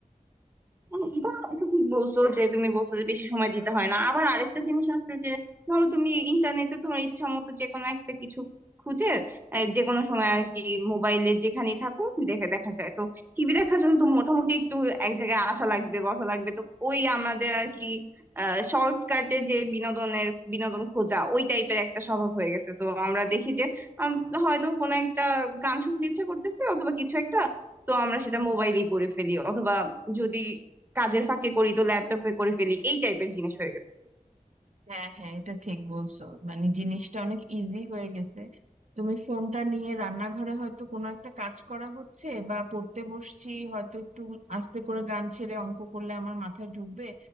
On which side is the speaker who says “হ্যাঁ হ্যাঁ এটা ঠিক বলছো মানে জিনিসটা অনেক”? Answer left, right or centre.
Right